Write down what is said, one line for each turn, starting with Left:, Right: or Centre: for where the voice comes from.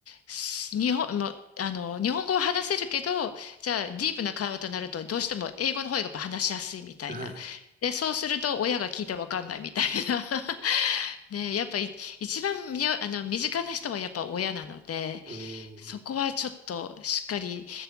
Left: す日本、もうあの、日本語は話せるけど、じゃあ、ディープな会話となると、どうしても英語の方がやっぱ話しやすいみたいな。
Right: はい。
Left: で、そうすると、親が聞いてわかんないみたいな。<laughs> で、やっぱり、一番みよ、あの、身近な人はやっぱ親なので、
Right: うー
Left: そこはちょっとしっかり
Right: ん、